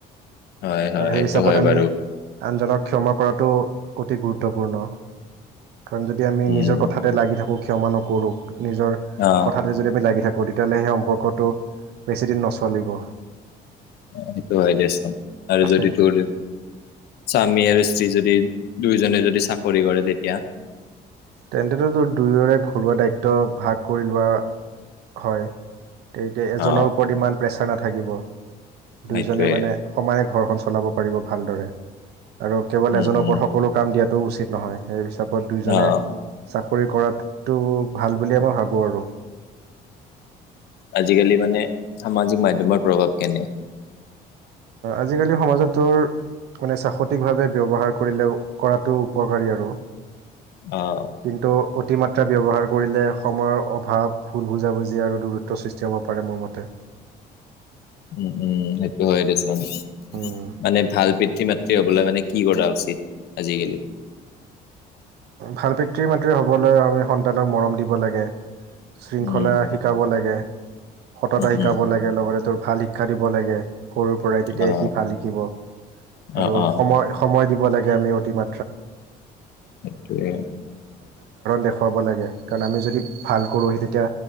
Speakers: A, on the left; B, on the right.
A: হয় হয়
B: আৰু সেই
A: সেইটো
B: হিচাপত
A: হয়
B: আমি
A: বাৰু
B: আনজনক ক্ষমা কৰাটো অতি গুৰুত্বপূৰ্ণ কাৰণ যদি আমি
A: উম
B: নিজৰ কথাতে লাগি থাকোঁ ক্ষমা নকৰোঁ নিজৰ
A: অ
B: কথাতে যদি আমি লাগি থাকোঁ গতিয়াহ'লে সেই সম্পৰ্কটো বেছিদিন নচলিব
A: সেইটো হয় দেচাম আৰু যদি
B: সেইটোৱে
A: তোৰ স্বামী আৰু য দুইজনে যদি চাকৰি কৰে তেতিয়া
B: তেন্তেেত দুয়োৰে ঘৰুৱা দায়িত্ব ভাগ কৰি লোৱা হয় তে এতিয়া এজনৰ
A: আহ
B: ওপৰত ইমান প্ৰেছাৰ নাথাকিব
A: সেইটোৱে
B: দুইোজনে মানে সমানে ঘৰখন চলাব পাৰিব ভালদৰে আৰু কেৱল
A: উম
B: এজনৰ
A: উম
B: ওপৰত সকলো কাম দিয়াত টো উচিত নহয় সেই হিচাপত দুইোজনে
A: আহ
B: চাকৰি কৰাত তটো ভাল বুলিয়ে মই ভাবোঁ আৰু
A: আজিকালি মানে সামাজিক মাধ্্যমৰ প্ৰভাৱ কেনে
B: আজিকালি সমাজতো মানে চ্বাকতিকভাৱে ব্য্ৱহাৰ কৰিলেও কৰাটো উপকাৰী আৰু
A: আহ
B: কিন্তু অতিমাত্ৰা ব্যৱহাৰ কৰিলে সময়ৰ অভাৱ ভুল বুজাবুজি আৰু দূৰত্বৰ সৃষ্টি হ'ব পাৰে মোৰ মতে
A: উম উম সেইটো হয়ে দিচোন
B: উম,
A: মানে ভাল পিতৃ মাতৃ হবলৈ মানে কি কৰা উচিত আজিকালি
B: ভাল পিতৃ মাতৃ হবলৈ আমি সন্তানক মৰম দিব লাগে শৃংখলা
A: উম
B: শিকাব লাগে সততা
A: উম
B: শিকাব
A: উম
B: লাগে লগতে তোৰ ভাল শিক্ষা দিব লাগে সৰুৰ পৰাই তেতিয়া
A: অ
B: সি ভাল শিকিব
A: অ
B: আৰু
A: অ
B: সময় সময় দিব আ মা চৰে উদাহৰণ
A: সেইটোৱে
B: দেখুৱাব লাগে কাৰণ আমি যদি ভাল কৰোঁহি তেতিয়া